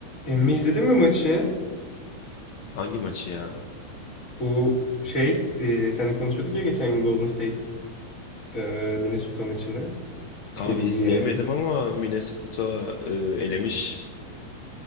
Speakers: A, on the left (about 25°); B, on the left (about 80°).
A: Emmi izledin mi maçı?
B: Hangi maçı ya?
A: Bu şey, e, seninle konuşuyorduk ya geçen gün Golden State e, Minnesota maçını. Seriyi
B: Abi izleyemedim
A: yani.
B: ama Minnesota e, elemiş.